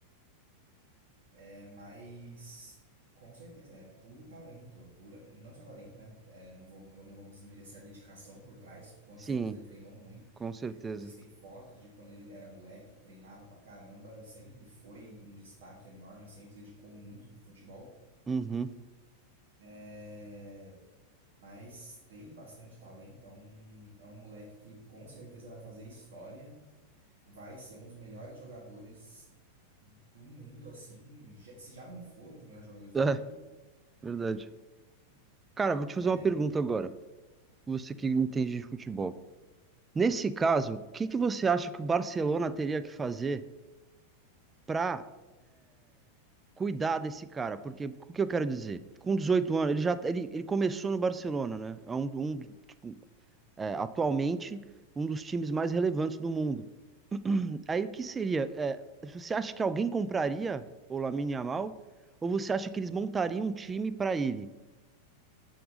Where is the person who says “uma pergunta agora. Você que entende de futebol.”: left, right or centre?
Right